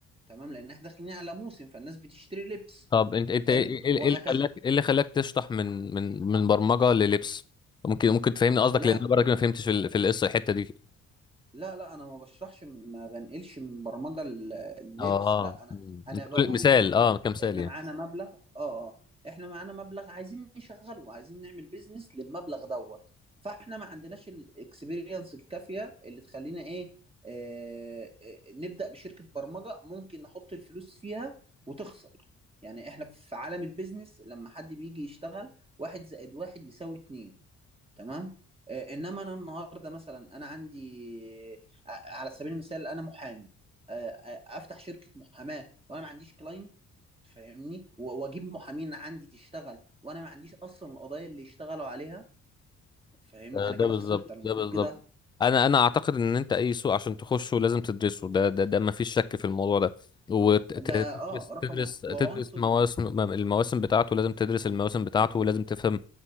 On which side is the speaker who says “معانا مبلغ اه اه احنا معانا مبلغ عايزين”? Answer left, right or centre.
Right